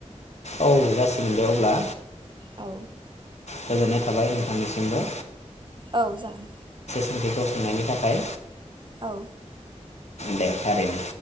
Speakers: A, on the left; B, on the right.
A: औ जासिगोन दे अब्ला
B: औ
A: गोजोननाय थाबाय नोंथांनिसिमबो।
B: औ जागोन।
A: बे <unintelligible> थाखाय
B: औ
A: दे थारैनो।